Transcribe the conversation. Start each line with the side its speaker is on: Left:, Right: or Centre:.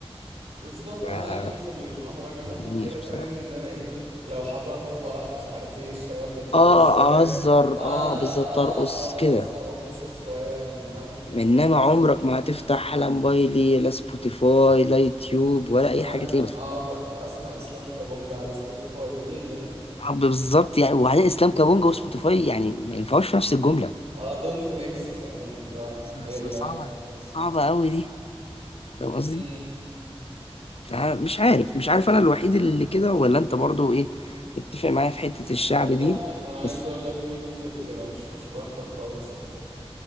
Right: بالظبط
Left: ف- ما
Right: انا اخري في المهرجانات
Left: عجبنيش
Right: وكده فاهم
Left: بصراحه
Right: ان انا ايه لو حضرت فرح مش عارف ايه الشباب بترقص
Left: اه
Right: شويه
Left: اهزر
Right: اه
Left: اه بالظبط
Right: اه
Left: ارقص
Right: اقعد اهزر
Left: كده
Right: وانبسط شويه معاهم
Left: انما
Right: لكن اكتر
Left: عمرك
Right: من كده
Left: ما هتفتح لا موبايلي لا سبوتيفاي لا يوتيوب ولا اي
Right: فاهم
Left: حاجه تلاقيني بتفرج
Right: اقعد اسمع اسلام كابونجا على سبوتيفاي ليه يعني
Left: حب بالظبط يعني وبعدين اسلام كابونجا وسبوتيفاي يعني ما ينفعوش في نفس الجمله
Right: اه دونت ميكس فاهم اللي هو
Left: ص-
Right: ايه
Left: ص-
Right: يا جدعان
Left: صعبه صعبه قوي دي فاهم قصدي
Right: امم
Left: فمش عارف مش عارف انا الوحيد اللي كده ولا انت برضو ايه اتفق معايا في حته الشعب
Right: لا, لا
Left: دي
Right: انا انا عايز
Left: بس
Right: اقول لك في كتير كده مش مش لوحدك خالص يعني